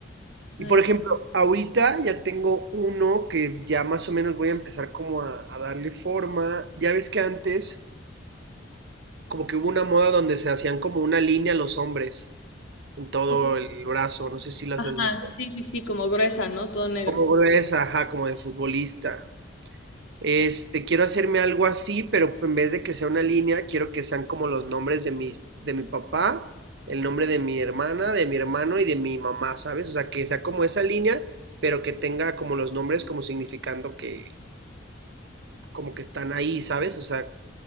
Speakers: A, on the right; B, on the left.
A: Y
B: Ay.
A: por ejemplo, ahorita ya tengo uno que ya más o menos voy a empezar como a, a darle forma. Ya ves que antes como que hubo una moda donde se hacían como una línea los hombres en todo
B: Oh,
A: el brazo, no sé si las
B: Ajá,
A: has visto,
B: sí, sí, sí, como gruesa, ¿no? Todo negro.
A: como gruesa, ajá, como de futbolista. Este, quiero hacerme algo así, pero en vez de que sea una línea, quiero que sean como los nombres de mi, de mi papá, el nombre de mi hermana, de mi hermano y de mi mamá, ¿sabes? O sea, que sea como esa línea, pero que tenga como los nombres como significando que como que están ahí, ¿sabes? O sea,